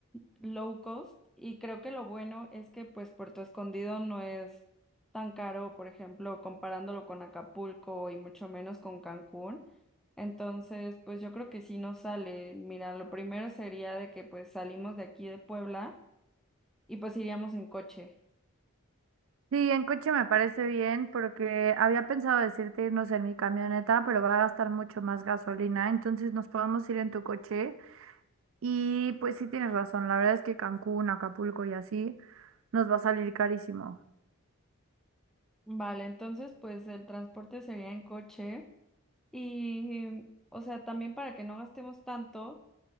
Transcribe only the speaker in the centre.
low cost y creo que lo bueno es que pues Puerto Escondido no es tan caro, por ejemplo, comparándolo con Acapulco y mucho menos con Cancún. Entonces, pues yo creo que sí nos sale. Mira, lo primero sería de que pues salimos de aquí de Puebla y pues iríamos en coche.
Vale, entonces pues el transporte sería en coche. Y, o sea, también para que no gastemos tanto,